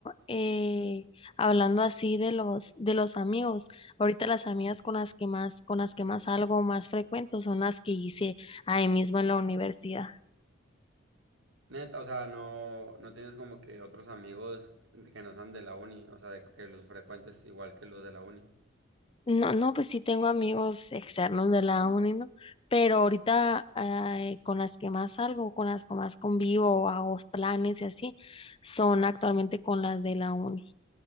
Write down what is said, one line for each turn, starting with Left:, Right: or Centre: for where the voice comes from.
Left: eh, hablando así de los de los amigos, ahorita las amigas con las que más con las que más salgo más frecuento son las que hice ahí mismo en la universidad.
Right: Neta, o sea, no, no tienes como que otros amigos que no sean de la uni, o sea, de, que los frecuentes igual que los de la uni.
Left: No, no, pues sí tengo amigos externos de la uni, ¿no? Pero ahorita eh, con las que más salgo, con las que más convivo, hago planes y así, son actualmente con las de la uni.